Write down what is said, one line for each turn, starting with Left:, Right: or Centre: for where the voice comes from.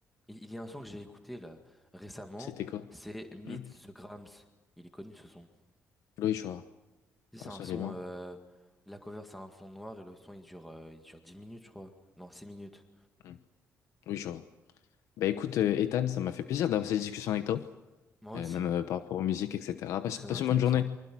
Centre: Il, il y a un son que j'ai écouté là récemment.
Left: C'était quoi?
Centre: C'est Meet
Left: Hum
Centre: the Grams. Il est connu ce son.
Left: Oui, je vois.
Centre: Tu sais,
Left: Ah,
Centre: C'est
Left: ça,
Centre: un son.
Left: les bien.
Centre: euh, la cover c'est un fond noir et le son il dure, euh, il dure 10 minutes, je crois. Non, 6 minutes.
Left: Hum. Oui, je vois. Bah écoute, euh, Ethan, ça m'a fait plaisir d'avoir cette discussion avec toi,
Centre: Moi
Left: euh,
Centre: aussi.
Left: même euh, par rapport aux musiques, etc. Passe,
Centre: C'est très
Left: passe
Centre: intéressant.
Left: une bonne journée.